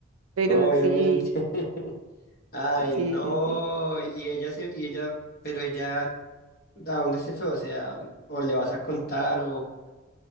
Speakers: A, on the right; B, on the left.
A: pero
B: Obviamente.
A: sí,
B: <laughs> Ay,
A: sí,
B: no.
A: sí, sí.
B: Y ella se, y ella, pero ella ¿A dónde se fue? O sea, o le vas a contar o,